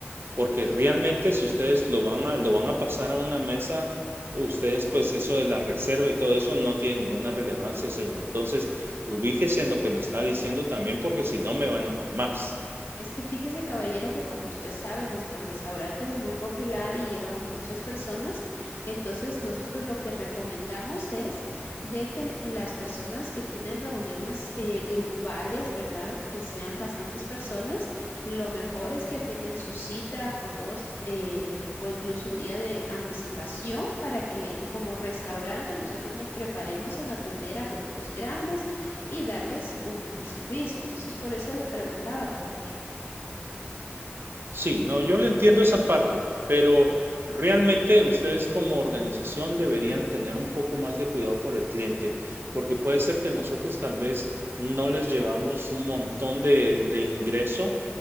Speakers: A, on the right; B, on the left.
A: porque realmente si ustedes lo van a, lo van a pasar a una mesa, ustedes pues eso de la reserva y todo eso no tiene ninguna relevancia, señor. Entonces, ubíquese en lo que me está diciendo también, porque si no me va a enojar más.
B: Es que fíjese, caballero, que como usted sabe, nuestro restaurante es muy popular y llegan muchas personas. Entonces, nosotros lo que recomendamos es de que las personas que tienen reuniones eh, grupales, ¿verdad? Que sean bastantes personas, lo mejor es que agenden su cita con dos eh, o incluso un día de anticipación para que como restaurante nosotros nos preparemos en atender a grupos grandes y darles un mejor servicio. Entonces, por eso le preguntaba, caballero.
A: Sí, no, yo le entiendo esa parte, pero realmente ustedes como organización deberían tener un poco más de cuidado por el cliente, porque puede ser que nosotros tal vez no les llevamos un montón de, de ingreso,